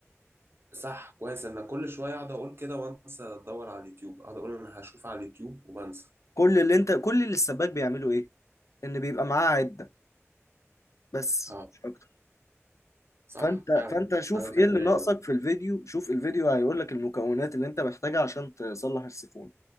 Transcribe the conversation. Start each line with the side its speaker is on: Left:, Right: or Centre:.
Right: صح كويس انا كل شويه اقعد اقول كده وانسى ادور على اليوتيوب اقعد اقول انا هشوف على اليوتيوب وبنسى
Left: كل اللي انت كل اللي السباك بيعمله ايه ان بيبقى معاه عده بس
Right: اه
Left: مش اكتر
Right: صح
Left: فانت
Right: فعلا
Left: فانت شوف
Right: ده انا
Left: ايه
Right: خدت
Left: اللي
Right: بالي
Left: ناقصك
Right: اه
Left: في الفيديو شوف الفيديو هيقول لك المكونات اللي انت محتاجها عشان تصلح السيفون